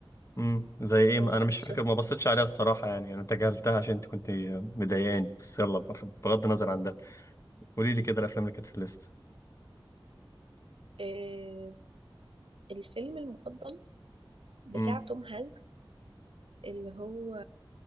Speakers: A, on the left; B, on the right.
A: امم زي ايه انا
B: آه
A: مش
B: شفت
A: فاكر ما بصيتش عليها الصراحه يعني انا تجاهلتها عشان انت كنت مضايقاني بس يلا بخ- بغض النظر عن ده قولي لي كده الافلام اللي كانت في الليست
B: آه الفيلم المفضل بتاع
A: امم
B: توم هانكس اللي هو